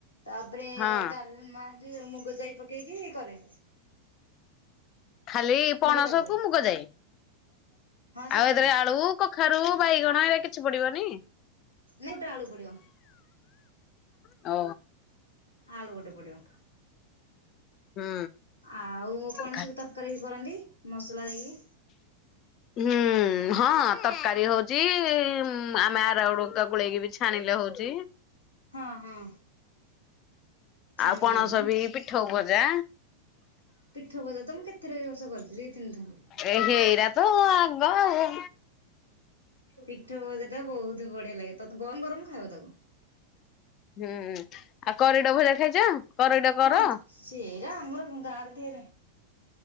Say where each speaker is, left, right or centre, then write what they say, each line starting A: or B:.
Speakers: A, on the left; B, on the left.
A: ତାପରେ
B: ହଁ
A: ଡାଲମା ମୁଗ ଯାଇ ପକେଇ କେଇକି କରେ।
B: ଖାଲି ପଣସକୁ
A: ମୁଗ ଡାଲିରେ
B: ମୁଗ ଜାଇ।
A: ହଁ ସେତିକି
B: ଆଉ ଏଥିରେ ଆଳୁ, କଖାରୁ, ବାଇଗଣ ଏଇଟା କିଛି ପଡିବନି।
A: ନୂଟା ଆଳୁ ପଡିବ।
B: ଓ
A: ଆଳୁ ଗୋଟେ ପଡିବ।
B: ହୁଁ
A: ଆଉ ପଣସ
B: ଖା
A: ବି ତରକାରୀ ବି କରନ୍ତି ମସଲା ଦେଇକି।
B: ହୁଁ। ହଁ ତରକାରୀ ହଉଛି ଆମେ ଆରାରୁଟ୍ ହେକା ଗୋଳେଇକି ବି ଛାଣିଲେ ହଉଛି।
A: ହଁ ହଁ। ଛାଣିଲେ
B: ଆଉ ପଣସ
A: ମୁଁ
B: ବି ପିଠଉ ଭଜା।
A: ପିଠଉ ଭଜା ତ ମୁଁ କେତେଥର ଏ ବର୍ଷ କରିଛି ଦି ତିନିଥର।
B: ଏ ହେଇରା ତ ଆଗ ଆଉ।
A: ପିଠ ଭଜାଟା ବହୁତ ବଢିଆ ଲାଗେ। ଗରମ ଗରମ ଖାଇବ ତାକୁ।
B: ହୁଁ ଆଉ କରିଡ ଭଜା ଖାଇଛ କରିଡ କର।
A: ହଁ। ସେଇରା ଆମର ଗାଁରେ